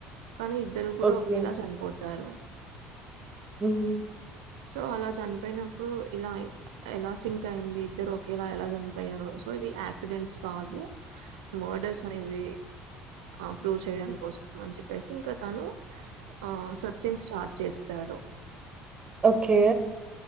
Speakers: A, on the right (about 75°); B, on the right (about 25°).
A: కానీ ఇద్దరు కూడా
B: ఓకే.
A: ఒకేలా చనిపోతారు
B: హ్మ్మ్
A: సో అలా చనిపోయినప్పుడు ఇలా ఎలా సింక్ అయింది ఇద్దరు ఒకేలా ఎలా చనిపోయారు సో వి యాక్సిడెంట్స్ కాదు మర్డర్స్ అనేవి ఆ ప్రూవ్ చేయడం కోసం అని చెప్పేసి ఇంకా తను ఆ సతంగ్ స్టార్ట్ చేస్త చడు
B: ఓకే